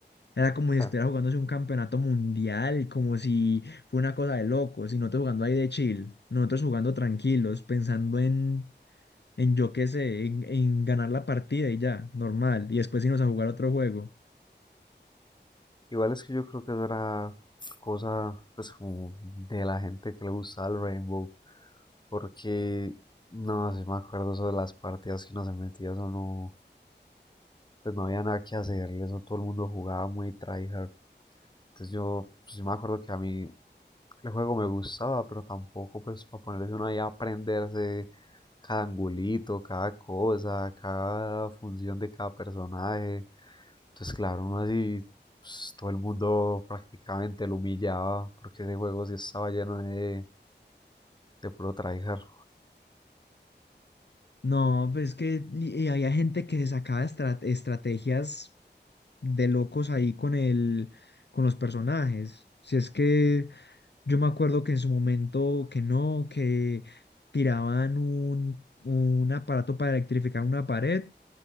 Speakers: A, on the left; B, on the left.
A: Era como si
B: Ja.
A: estuviera jugándose un campeonato mundial, como si fue una cosa de locos, y nosotros jugando ahí de chill, nosotros jugando tranquilos, pensando en, en yo qué sé, en, en ganar la partida y ya, normal. Y después irnos a jugar otro juego.
B: Igual es que yo creo que eso era cosa pues como de la gente que le gustaba el Rainbow, porque no, si me acuerdo eso de las partidas que uno se metía, eso no, pues no había nada que hacerle, eso todo el mundo jugaba muy tryhard. Entonces yo, pues yo me acuerdo que a mí el juego me gustaba, pero tampoco pues para ponerse uno ahí a aprenderse cada angulito, cada cosa, cada función de cada personaje. Entonces claro, uno así, pues todo el mundo prácticamente lo humillaba porque ese juego sí estaba lleno de, de puro tryhard.
A: No, pues que y- y había gente que se sacaba estra- estrategias de locos ahí con el, con los personajes. Si es que yo me acuerdo que en su momento que no, que tiraban un, un aparato para electrificar una pared,